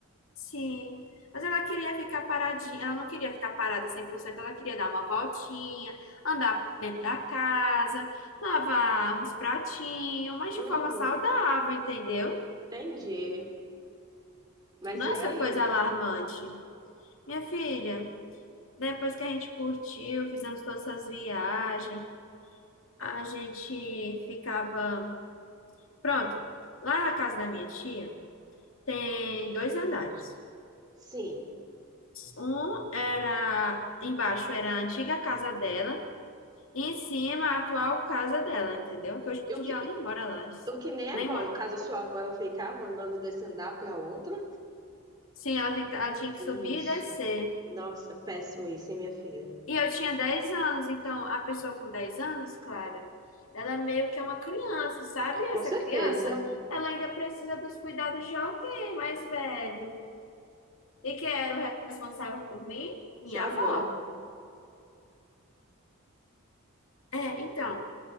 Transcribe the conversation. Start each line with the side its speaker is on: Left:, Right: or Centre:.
Left: Sim, mas ela queria ficar paradinha, ela não queria ficar parada cem por cento ela queria dar uma voltinha, andar dentro da casa, lavar uns pratinhos, mas
Right: Uhum,
Left: de forma saudável, entendeu?
Right: entendi. Mas
Left: Não
Right: e
Left: é essa
Right: aí?
Left: coisa alarmante. Minha filha, depois que a gente curtiu, fizemos todas essas viagens, a gente ficava. Pronto, lá na casa da minha tia tem dois andares.
Right: Sim.
Left: Um era embaixo era a antiga casa dela Em cima, a atual casa dela, entendeu? Que hoje
Right: E
Left: em
Right: o
Left: dia
Right: que,
Left: ela nem mora lá.
Right: o que nem
Left: Nem
Right: é bom,
Left: mora.
Right: no caso, a sua avó, ela ficava andando desse andar para outra?
Left: Sim, ela, fica, ela tinha que
Right: Vixe.
Left: subir e descer.
Right: Nossa, péssimo isso, hein, minha filha?
Left: E eu tinha 10 anos, então a pessoa com 10 anos, claro, ela meio que é uma criança, sabe?
Right: É, com
Left: Essa
Right: certeza,
Left: criança, ela ainda precisa dos cuidados de alguém mais velho. E quem era o responsável por mim? Minha
Right: sua
Left: avó.
Right: avó.
Left: É, então,